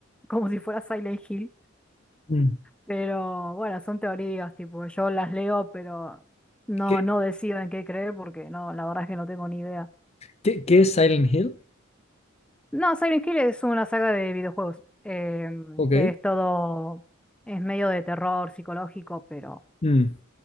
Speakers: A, in the centre; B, on the left.
A: como si fuera Silent Hill
B: mm.
A: pero bueno, son teorías, tipo, yo las leo, pero no,
B: ¿Qué,
A: no decido en qué creer porque no, la verdad es que no tengo ni idea.
B: qué- qué es Silent Hill?
A: No, Silent Hill es una saga de videojuegos, eh,
B: Ok.
A: que es todo, es medio de terror psicológico, pero
B: mm.